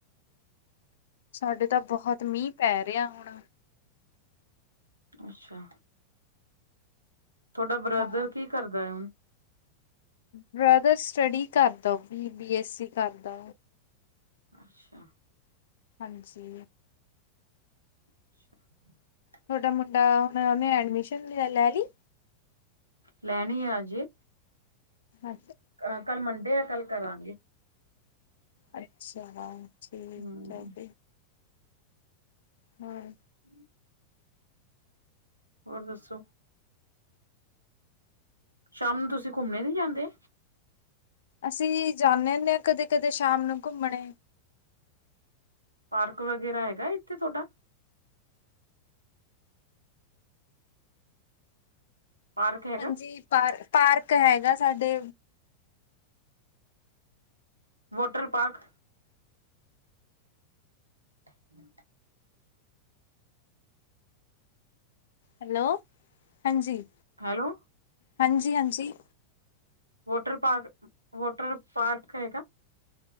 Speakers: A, on the left; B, on the right.
A: ਸਾਡੇ ਤਾਂ ਬਹੁਤ ਮੀਂਹ ਪੈ ਰਿਹਾ ਹੁਣ
B: ਅੱਛਾ। ਤੁਹਾਡਾ ਬ੍ਰਦਰ
A: ਹਾਂ।
B: ਕੀ ਕਰਦਾ ਹੈ ਹੁਣ
A: ਬ੍ਰਦਰ ਸਟੱਡੀ ਕਰਦਾ ਉਹ ਵੀ ਬੀ ਐਸਸੀ ਕਰਦਾ।
B: ਅੱਛਾ।
A: ਹਾਂਜੀ।
B: ਅੱਛਾ।
A: ਤੁਹਾਡਾ ਮੁੰਡਾ ਹੁਣ ਉਹਨੇ ਐਡਮਿਸ਼ਨੈ ਲੈ ਲਈ।
B: ਲੈਣੀ ਆ ਹਜੇ
A: ਅੱਛਾ,
B: ਅਹ ਕੱਲ ਮੰਡੇ ਆ ਕੱਲ ਕਰਾਂਗੇ।
A: ਅੱਛਾ, ਠੀਕ
B: ਹਮ
A: ਹੈ ਫਿਰ ਹੂੰ,
B: ਹੂੰ, ਹੋਰ ਦੱਸੋ? ਸ਼ਾਮ ਨੂੰ ਤੁਸੀਂ ਘੁੰਮਣੇ ਨੀ ਜਾਂਦੇ।
A: ਅਸੀਂ ਜਾਂਦੇ ਹੁੰਦੇ ਹਾਂ ਕਦੇ-ਕਦੇ ਸ਼ਾਮ ਨੂੰ ਘੁੰਮਣੇ
B: ਪਾਰਕ ਵਗੈਰਾ ਹੈਗਾ ਇੱਥੇ ਤੁਹਾਡਾ? ਪਾਰਕ ਹੈਗਾ
A: ਹਾਂਜੀ, ਪਾਰ ਪਾਰਕ ਹੈਗਾ ਸਾਡੇ।
B: Water park. ਹੂੰ,
A: ਹੈਲੋ, ਹਾਂਜੀ।
B: ਹੈਲੋ,
A: ਹਾਂਜੀ-ਹਾਂਜੀ।
B: ਵਾਟਰ ਪਾਰਕ ਵਾਟਰ ਪਾਰਕ ਹੈਗਾ।